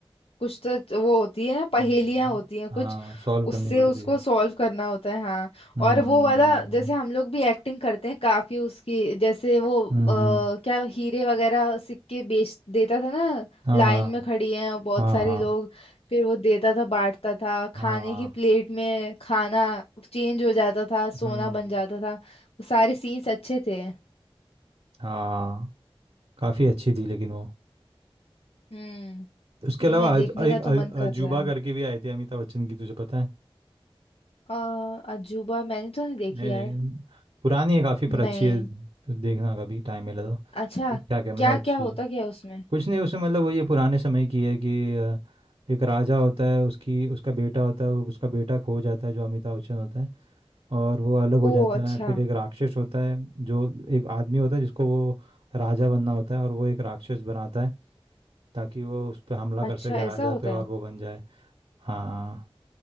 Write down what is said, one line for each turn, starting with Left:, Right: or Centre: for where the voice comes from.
Left: कुछ तो वो होती है पहेलियां
Right: हम्म
Left: होती हैं कुछ
Right: हाँ सॉल्व
Left: उससे
Right: करनी पड़ती
Left: उसको
Right: है
Left: सॉल्व करना होता है हाँ
Right: हम्म
Left: और वो वाला जैसे हम लोग भी एक्टिंग करते हैं काफी उसकी जैसे वो
Right: हम्म
Left: आ,
Right: हम्म,
Left: क्या हीरे वगैरह सिक्के बेच देता था ना
Right: हाँ
Left: लाइन में खड़ी हैं और बहुत
Right: हाँ
Left: सारी
Right: हाँ
Left: लोग फिर वो देता था बांटता था
Right: हाँ
Left: खाने की प्लेट में खाना चेंज हो जाता था सोना
Right: हम्म
Left: बन जाता था वो सारे सीन्स अच्छे थे
Right: हाँ काफ़ी अच्छी थी लेकिन वो
Left: हम्म
Right: उसके अलावा
Left: मैं देखने
Right: अज, एक
Left: का
Right: अ-
Left: तो मन कर
Right: अजूबा
Left: रहा है
Right: करके भी आई थी अमिताभ बच्चन की तुझे पता है
Left: अ, अजूबा मैंने तो नहीं देखी
Right: नहीं
Left: यार
Right: लेकिन पुरानी है काफ़ी पर अच्छी
Left: नहीं
Right: है तो देखना कभी टाइम मिले तो
Left: अच्छा
Right: ठीक ठाक है मतलब
Left: क्या
Right: अच्छी
Left: क्या होता
Right: है
Left: क्या है उसमें
Right: कुछ नहीं उसमें मतलब वही है पुराने समय की है कि अ, एक राजा होता है उसकी उसका बेटा होता है वो- उसका बेटा खो जाता है जो अमिताभ बच्चन होता है और वो अलग हो
Left: ओ
Right: जाता
Left: अच्छा
Right: है फिर एक राक्षस होता है जो एक आदमी होता है जिसको वो राजा बनना होता है और वो एक राक्षस बनाता है ताकि वो उस पर हमला
Left: अच्छा
Right: कर सके
Left: ऐसा
Right: राजा
Left: होता
Right: पे और
Left: है
Right: वो बन जाए हाँ